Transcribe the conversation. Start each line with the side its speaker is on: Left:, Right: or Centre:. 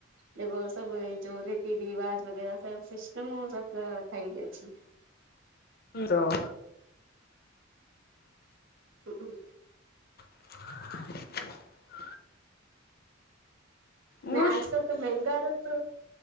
Right: જે સ જો રીતિ રિવાજ વગ સિસ્ટમ સબ થઈ
Left: તો
Right: હમ
Left: <unintelligible> હમ
Right: ના આજકાલ તો મંગા તો